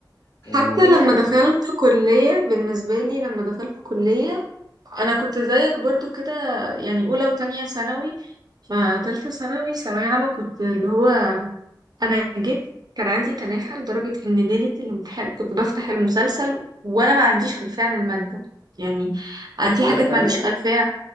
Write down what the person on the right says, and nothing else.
حتى
لما
دخلت
كليه بالنسبه لي لما دخلت كليه انا كنت زيك برضو كده يعني اولى وتانية ثانوي فتالتة ثانوي ثانوية عامة كنت اللي هو انا جيت كان عندي تناحة لدرجة ان ليلة الامتحان كنت بفتح المسلسل وانا ما عنديش خلفية عن المادة يعني
انا
في
حاجات
ما عنديش خلفية